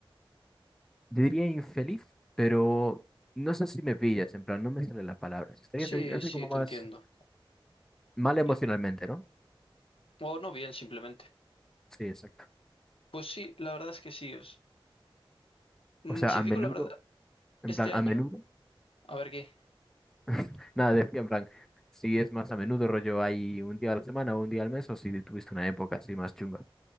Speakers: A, in the centre; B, on the left.
A: yo diría infeliz, pero no sé si me pillas, en plan, no me sale la palabra, si estarías
B: Sí,
A: así así
B: sí,
A: como
B: te
A: más
B: entiendo.
A: mal emocionalmente,
B: Eh,
A: ¿no?
B: o no bien, simplemente.
A: Sí, exacto.
B: Pues sí, la verdad es que sí. es- Mm,
A: O sea,
B: Si
A: a
B: te
A: menudo,
B: digo la verdad,
A: en
B: este
A: plan, a
B: año,
A: menudo.
B: a ver qué.
A: <laughs> Nada, decía en plan, si es más a menudo rollo hay un día a la semana o un día al mes, o si tuviste una época así más chunga.